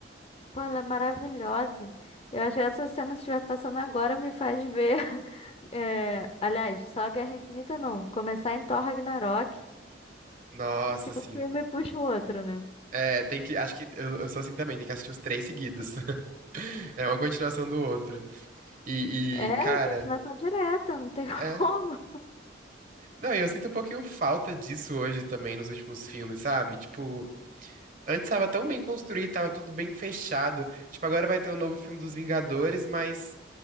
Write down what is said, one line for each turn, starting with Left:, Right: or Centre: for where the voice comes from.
Left: Pô, ela é maravilhosa. Eu acho que essa cena que estiver passando agora me faz ver. <laughs> é, Aliás, só Guerra Infinita não. Começar em Thor Ragnarok,
Right: Nossa,
Left: que
Right: assim.
Left: um filme puxa o outro, né?
Right: É, tem que. Acho que eu, eu sou assim também, tem que assistir os três seguidos. <laughs> É uma continuação do outro. E,
Left: É,
Right: e, cara.
Left: e continuação direta, não tem <laughs>
Right: É.
Left: como.
Right: Não, e eu sinto um pouquinho falta disso hoje também nos últimos filmes, sabe? Tipo, antes tava tão bem construído, tava tudo bem fechado. Tipo, agora vai ter o novo filme dos Vingadores, mas,